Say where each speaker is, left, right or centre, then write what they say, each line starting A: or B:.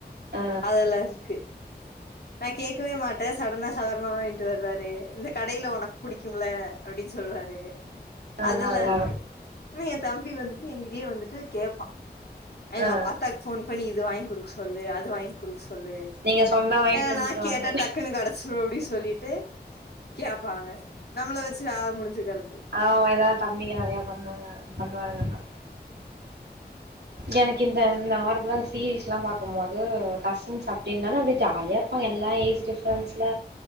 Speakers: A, on the right (about 75°); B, on the left (about 65°).
A: ஆ
B: அதெல்லா இருக்கு நா கேக்கவே மாட்ட சடனா சவரமா வாங்கிட்டு வருவாரு இந்த கடையில உனக்கு புடிக்கும்ல அப்படின்னு சொல்லுவாரு
A: நல்லா
B: அதெல்லா
A: நல்லா
B: இருக்கு உடனே எய தம்பி வந்துட்டு எங்கிட்டயே வந்துட்டு கேப்பா எங்க
A: ஆ
B: ப அத்தாக்கு போன் பண்ணி இது வாங்கி குடுக்க சொல்லு அது வாங்கி குடுக்க சொல்லு
A: நீங்க சொன்னா வாங்கிட்டு
B: ஏ
A: வந்துருவாங்க
B: நா கேட்ட டக்குன்னு கிடச்சிரு அப்டின்னு சொல்லிட்டு கேப்பாங்க நம்மள வச்சி வேல முடிஞ்சுக்கிறது
A: ஆமா இதாவது தம்பிங்க நெறைய பண்ணுவாங்க பண்ணுவாங்கன்னா எல்லா எனக்கு இந்த நார்மலா சீரீஸ்லா பாக்கும்போது கசின்ஸ் அப்டின்னா தான அப்டியே ஜாலியா இருக் நெனைபா ங்க எல்லா ஏஜ் டிஃப்ரென்ஸில